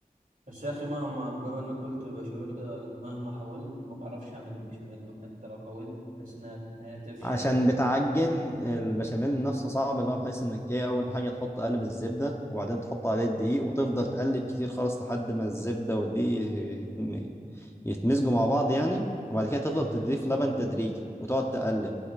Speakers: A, on the right; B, on the left.
A: بس يا أخي مهما بما إنك قلت بشاميل كده مهما حاولت ما بعرفش أعمل بشاميل وحتى لو حاولت بحس إنها إنها تفشل
B: عشان بتعجن البشاميل نفسه صعب اللي هو بحيث انك ايه اول حاجة تحط قالب الزبدة وبعدين تحط عليه الدقيق وتفضل تقلب كتير خالص لحد ما الزبدة والدقيق يتمزجوا مع بعض يعني وبعد كده تفضل تضيف لبن تدريجي وتقعد تقلب